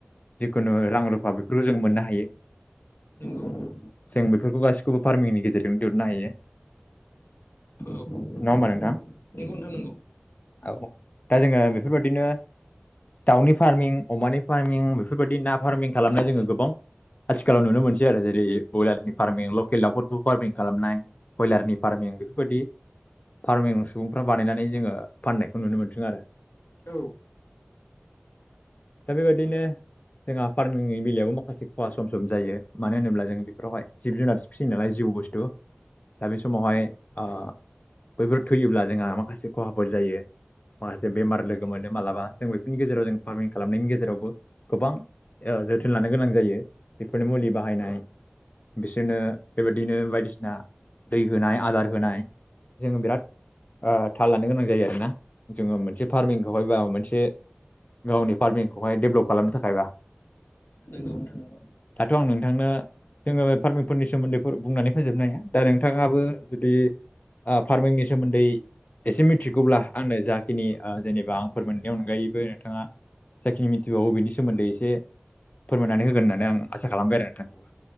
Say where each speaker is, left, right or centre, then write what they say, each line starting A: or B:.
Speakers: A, on the left (about 45°); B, on the left (about 75°).
A: जिखुनु रां रुफा बेफोरखौ जोंङो मोननो हायो।
B: नोंथां औ नंगौ नोंथां नंगौ
A: जों बेफोरखौ गासिखौबो फार्मिंनि गेजेरजोंनो दिहुननो हायो। नङा
B: औ नंगौ नंगौ
A: होमबा नोंथां?
B: नोंथां नंगौ
A: औ दा जोङो बेफोरबादिनो दाउनि फार्मिं अमानि फार्मिं बेफोरबायदि ना फार्मिं खालामनाय जोङो गोबां आथि थिखालाव नुनो मोनसै आरो जेरै बयलारनि फार्मिं लकेल दावफोरखौ फार्मिं खालामनाय बयलारनि फार्मिं बेफोरबाय बे फार्मिं सुबुंफ्रा बानायनानै जोङो फाननायखौ नुनो मोनथों आरो।
B: औ।
A: दा बेबायदिनो जोंहा फार्मंनि बेलायावबो माखासे खहा सम जम जायो मानो होनोब्ला जों बेफोरावहाय जिब जुनार फिसियो नालाय जिउ बुस्थु दा बे समावहाय ओ बैफोर थैयोब्ला जोंहा माखासे खहाफोर जायो। माखासे बेमार लोगो मोनो मालाबा जों बेफोरनि गेजेराव जों फार्मिं खालामनायनि गेजेरावबो गोबां ओ जोथोन लानो गोनां जायो। बेफोरनि मुलि बाहायनाय बिसोरनो बेबायदिनो बायदिसिना दै होनाय आदार होनाय जोङो बिराद ओ थाल लानो गोनां जायो आरो ना जोङो मोनसे फार्मिंखौहायबा मोनसे गावनि फार्मिंखौहाय डेभलप खालामनो थाखायबा ।
B: नोंगौ नोंथां। नंगौ
A: दाथ' आं नोंथांनो जोङो फार्मिंफोरनि सोमोन्दैफोर बुंनानै फोजोबनो हाया। दा नोंथाङाबो जुदि ओ फार्मिंनि सोमोन्दै एसे मिथिगौब्ला आंनो जाखिनि ओ जेनेबा आं फोरमायनायनि अनगायैबो नोंथाङा जाखिनि मिनथिबावो बिनि सोमोन्दै एसे फोरमायनानै होगोन होननानै आं आसा खालामबाय आरो नोंथां।